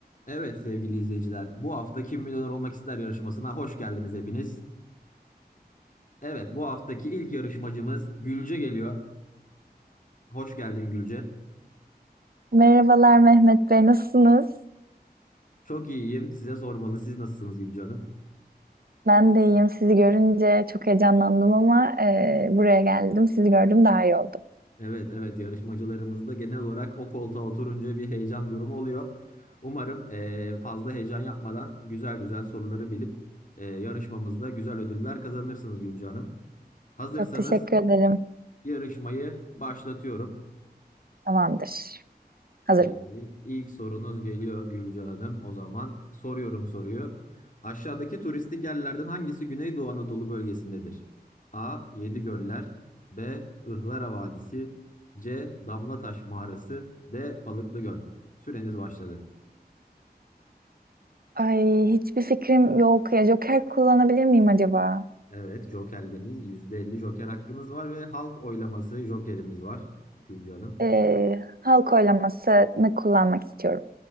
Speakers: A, on the left; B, on the right.
A: Evet sevgili izleyiciler, bu hafta Kim Milyoner Olmak İster yarışmasına hoş geldiniz hepiniz. Evet, bu haftaki ilk yarışmacımız Gülce geliyor. Hoş geldin Gülce.
B: Merhabalar Mehmet Bey, nasılsınız?
A: Çok iyiyim. Size sormalı. Siz nasılsınız Gülce Hanım?
B: Ben de iyiyim. Sizi görünce çok heyecanlandım ama e, buraya geldim. Sizi gördüm daha iyi oldum.
A: Evet, evet yarışmacılarımızda genel olarak o koltuğa oturunca bir heyecan durumu oluyor. Umarım eee, fazla heyecan yapmadan güzel güzel soruları bilip eee, yarışmamızda güzel ödüller kazanırsınız Gülce Hanım. Hazırsanız
B: Çok teşekkür ederim.
A: yarışmayı başlatıyorum.
B: Tamamdır. Hazırım.
A: Peki ilk sorunuz geliyor Gülce Hanım. O zaman soruyorum soruyu. Aşağıdaki turistik yerlerden hangisi Güneydoğu Anadolu bölgesindedir? A. Yedigöller B. Ihlara Vadisi C. Damlataş Mağarası D. Balıklı Göl. Süreniz başladı.
B: Ay hiçbir fikrim yok ya. Joker kullanabilir miyim acaba?
A: Evet jokerleriniz %50 joker hakkınız var ve halk oylaması jokerimiz var Gülce Hanım.
B: E, halk oylamasını kullanmak istiyorum.